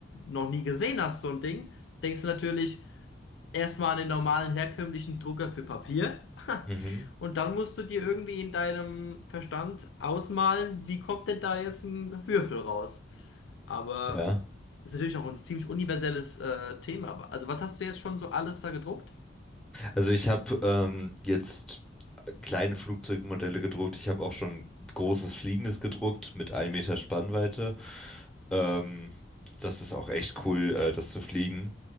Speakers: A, on the left; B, in the centre.
A: noch nie gesehen hast, so ein Ding, denkst du natürlich erstmal an den normalen herkömmlichen Drucker für Papier
B: Mhm.
A: und dann musst du dir irgendwie in deinem Verstand ausmalen, wie kommt denn da jetzt ein Würfel raus? Aber
B: Ja.
A: ist natürlich auch ein ziemlich universelles äh, Thema. Aber- Also was hast du jetzt schon so alles da gedruckt?
B: Also ich habe ähm, jetzt kleine Flugzeugmodelle gedruckt. Ich habe auch schon großes Fliegendes gedruckt mit 1 Meter Spannweite. Ähm, das ist auch echt cool, äh, das zu fliegen.